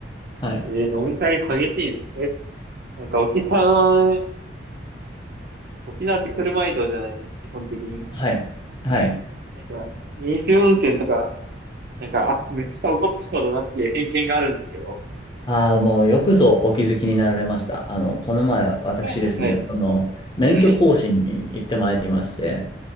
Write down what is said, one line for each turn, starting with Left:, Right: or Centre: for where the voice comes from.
Left: はい。
Right: えー、飲み会激しいんです。え、なんか沖縄、沖縄って車移動じゃないですか、基本的に。
Left: はい。はい。
Right: なんか、飲酒運転とか、なんか、あ、めっちゃ怒ってそうだなっていう偏見があるんですけど。
Left: ああ、もうよくぞお気づきになられました。あの、この前、私ですね、
Right: はい。はい。
Left: その、免許更新に行ってまいりまして、
Right: はい。